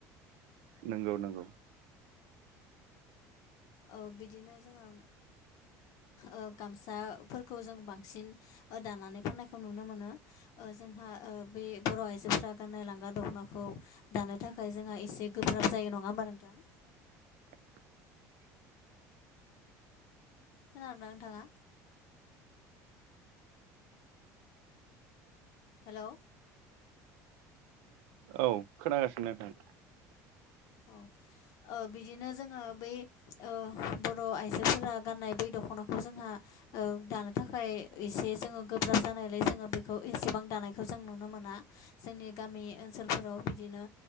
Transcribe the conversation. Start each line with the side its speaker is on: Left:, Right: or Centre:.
Right: नंगौ नंगौ।
Left: औ बिदिनो जोङो ओ गामसाफोरखौ जों बांसिन दानानै फाननायखौ नुनो मोनो ओ जोंहा ओ बे बर' आइजोफ्रा गाननाय लांगा दखनाखौ दानो थाखाय जोंहा एसे गोब्राब जायो नङा होमबा <unintelligible>
Right: औ
Left: खोनदों ना नोंथाङा? हेलौ
Right: औ खोनागासिनो नोंथां।
Left: औ ओ बिदिनो जोङो बै ओ बर' आइजोफोरा गाननाय बै दख'नाखौ जोंहा ओ दानो थाखाय एसे जोङो गोब्राब जानायलाय जोङो बेखौ एसेबां दानायखौ जों नुनो मोना। दा जोंनि गामि ओनसोलफोराव बिदिनो